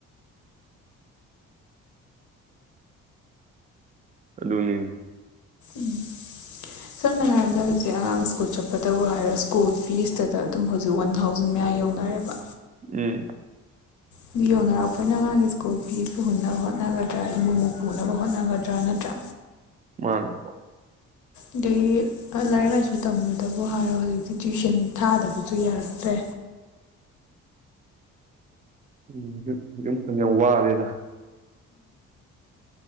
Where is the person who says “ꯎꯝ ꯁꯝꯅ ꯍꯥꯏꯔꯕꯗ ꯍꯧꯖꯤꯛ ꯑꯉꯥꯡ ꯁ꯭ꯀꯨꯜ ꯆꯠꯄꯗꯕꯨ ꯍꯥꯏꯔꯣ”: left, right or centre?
Left